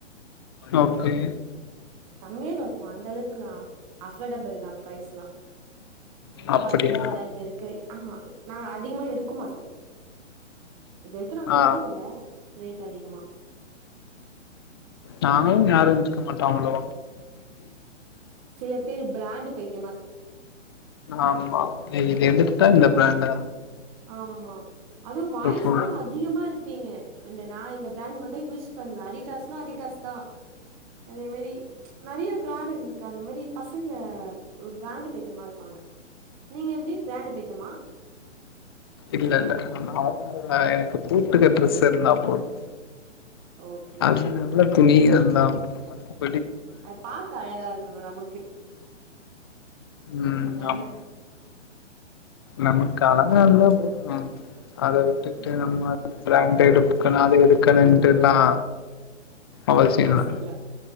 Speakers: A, on the left; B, on the right.
A: ஓகே
B: கம்மீயாதா இருக் போ அந்த அளவுக்குலா அஃபோர்டபிள்தா ப்ரைஸ்லா ரொம்ப
A: அப்படியா
B: அதிகமாலா இது இருக்கு அ ஹா அ அதிகமா எடுக்க மாட்டோ இது வரைக்கு நாங்க
A: ஆ
B: எடுத்தது இல்ல ரேட் அதிகமா
A: நாங்களு யாரு எடுக்க மாட்டாங்களோ
B: சில பேர் பிராண்ட் பைத்
A: ஆமா இதுல எது கரட்டா இந்த பிரண்டா
B: ஆமா அதவு பாய்ஸ்தா
A: போறே
B: அதிகமா இருக் ப்பீங்க இந்த நா இந்த பிராண்ட் மது யூஸ் பண்ணுவ அடிடாஸ்னா அடிடாஸ்தா அதே மாரி நறிய பிராடக்ட் எனக்கு அந்த மாரி பசங்க பிராண்டு பைத்தியமா இருப்பாங்க நீங்க எப்டி பிராண்டு பை த்தியமா
A: இல்ல இல்ல நார்மலா எனக்கு போட்டுக்க ட்ரெஸ் இருந்தா போதும்
B: ஓகே
A: அது
B: ஓ
A: நல்ல துணி அது <unintelligible>
B: அது பாக்க அழகா இருக்கணோ நமக்கு
A: ம்
B: அதானே
A: ஆமா நமக்கு அழகா இருந்தா போதோ மேம் அத விட்டுட்டு
B: ம்
A: நம்ம அது ப்ராண்டடு பொக் அத எடுப்புக்கணோட்டெலா அவல் செய்ணோனா
B: ஆச இல்ல